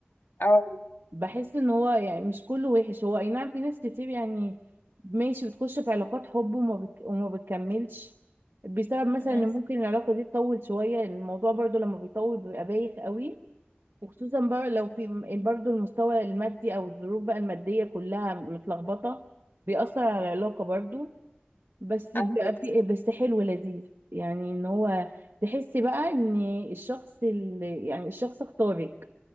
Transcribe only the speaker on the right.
بحس ان هو يعني مش كله وحش هو اي نعم في ناس كتير يعني ماشي بتخش في علاقات حب وما, بت... وما بتكملش بسبب مثلا
ان ممكن العلاقة دي تطول شوية الموضوع برضو لما بيطول بيبقى بايخ قوي وخصوصا بقى لو في م- برضو المستوى المادي او الظروف بقى المادية كلها متلخبطة بيأثر على العلاقة برضو بس
بيبقى في إيه، بس حلو لذيذ يعني ان هو تحسي بقى ان الشخص اللي يعني الشخص اختارك